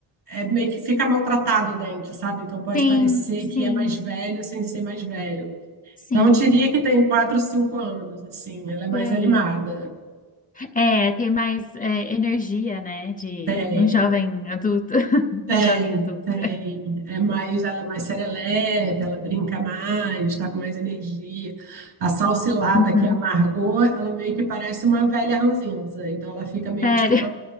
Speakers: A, on the right; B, on the left.
A: é meio que fica maltratado o dente, sabe? Então pode
B: Sim,
A: parecer
B: sim,
A: que é mais velho sem ser mais velho.
B: sim.
A: Não diria que tem 4, 5 anos, assim, ela é mais
B: Por aí.
A: animada.
B: É, tem mais é, energia, né? De
A: Tem,
B: um jovem adulto. <laughs>
A: tem,
B: Uma jovem adulta.
A: tem. É mais, ela é mais serelepe, ela brinca mais, tá com mais energia. A Salsilata,
B: Uhum.
A: que é a Margot, ela meio que parece uma velha ranzinza. Então ela fica meio
B: Sério.
A: que tipo